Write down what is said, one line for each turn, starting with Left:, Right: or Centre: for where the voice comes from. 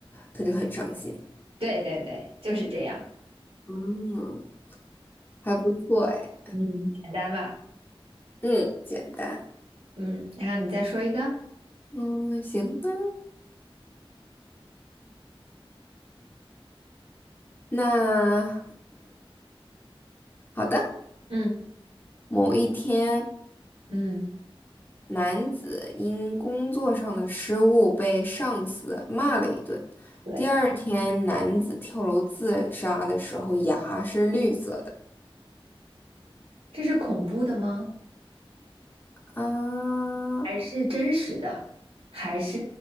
Left: 他就很伤心。
Right: 对对对，就是这样，
Left: 嗯，还不错哎，
Right: 嗯，简单吧？
Left: 嗯，简单，
Right: 嗯，然后你再说一个，
Left: 嗯，行吧。那好的，
Right: 嗯
Left: 某一天，
Right: 嗯，
Left: 男子因工作上的失误被上司骂了一顿。
Right: 对，
Left: 第二天，男子跳楼自杀的时候，牙是绿色的。
Right: 这是恐怖的吗？
Left: 啊，
Right: 还是真实的？还是